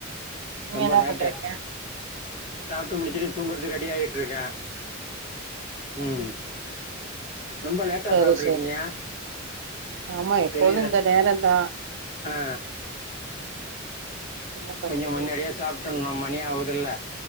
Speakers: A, on the right; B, on the left.
A: நீங்க
B: ரொம்ப
A: என்ன
B: லேட்ட
A: பண்றீங்க
B: சாப்ட்டு முடிச்சுட்டு தூங்குறக்கு ரெடி ஆயிட்ருக்கா ம் ரொம்ப லேட்டா
A: சரி
B: சாப்ட்டுருக்கீங்க
A: சரி ஆமா எப்போது
B: வெளில
A: இந்த நேரந்தா
B: ஆ
A: என்ன பண்றது
B: கொஞ்ச முன்னாடியே சாப்டணு மணி ஆகுதுல்ல